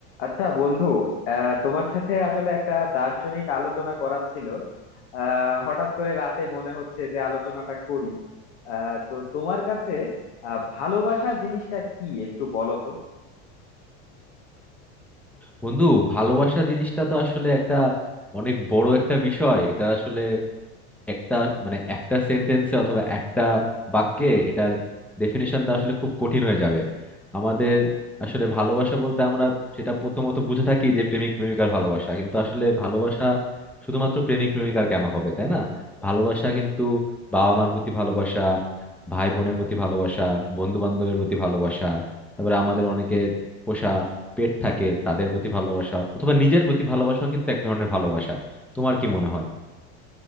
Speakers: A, on the left; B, in the centre.
A: আচ্ছা বন্ধু আহ তোমার সাথে আসলে একটা দার্শনিক আলোচনা করার ছিল আহ হঠাৎ করে রাতে মনে হচ্ছে যে আলোচনাটা করি আহ তো তোমার কাছে আহ, ভালোবাসা জিনিসটা কি একটু বলো তো
B: বন্ধু ভালোবাসা জিনিসটা তো আসলে একটা অনেক বড় একটা বিষয় এটা আসলে একটা মানে একটা সেন্টেন্সে অথবা একটা বাক্যে এটার ডেফিনেশন দেওয়া আসলে খুব কঠিন হয়ে যাবে আমাদের আসলে ভালোবাসা বলতে আমরা সেটা প্রথমত বুঝে থাকি যে প্রেমিক প্রেমিকার ভালোবাসা কিন্তু আসলে ভালোবাসা শুধুমাত্র প্রেমিক প্রেমিকার কেন হবে তাই না ভালোবাসা কিন্তু বাবা মার প্রতি ভালোবাসা ভাই বোনের প্রতি ভালোবাসা বন্ধু বান্ধবের প্রতি ভালোবাসা তারপরে আমাদের অনেকের পোষা পেট থাকে তাদের প্রতি ভালোবাসা অথবা নিজের প্রতি ভালোবাসাও কিন্তু এক ধরনের ভালোবাসা তোমার কি মনে হয়